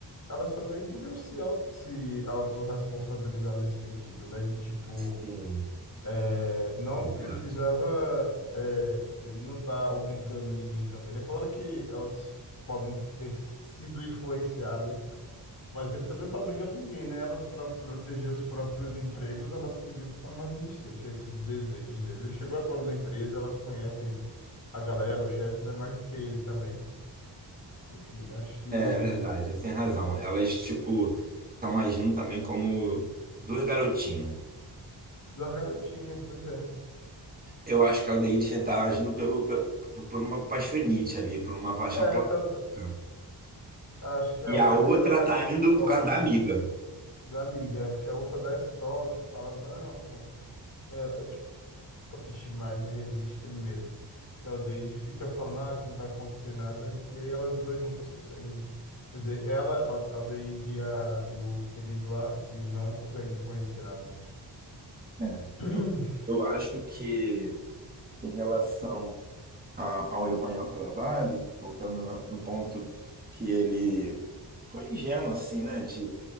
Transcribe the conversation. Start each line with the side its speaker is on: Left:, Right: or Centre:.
Left: elas também deviam se, au- se autorresponsabilizar nesse sentido, né? De tipo,
Right: sim,
Left: é, não
Right: é
Left: precisava,
Right: verdade.
Left: é, ele não tá obrigando ninguém também, né? Claro que elas podem ter sido influenciadas mas ele também não está obrigando ninguém, né? Elas, para proteger os próprios empregos, elas podiam ficar mais resistentes a esses desejos dele. Ele chegou agora na empresa, elas conhecem a galera, o chefe, né mais do que ele também. Enfim, acho que.
Right: É verdade, você tem razão. Elas, tipo, estão agindo também como duas garotinhas.
Left: Da garotinha, pois é.
Right: Eu acho que a Aldeide já tá agindo pelo, pe- por uma paixonite ali, por uma paixão
Left: É,
Right: platônica.
Left: tanto. Acho que
Right: E
Left: a outra
Right: a outra
Left: ainda dá
Right: tá
Left: esse
Right: indo
Left: toque,
Right: por causa da
Left: né?
Right: amiga.
Left: Da amiga, é porque a outra dá esse toque, fala, não. É, resiste mais, né? Resiste primeiro. E a Odeide fica falando ah, que não vai acontecer nada. E e aí elas duas juntas conseguem. Quer dizer, ela, a a Aldeide e, a, e o querido lá, Ivan, conseguem influenciar a outra.
Right: É.
Left: <clears throat>
Right: Eu, eu acho que em relação a- ao Evan ao trabalho, voltando no, no ponto que ele foi ingênuo, assim, né? De,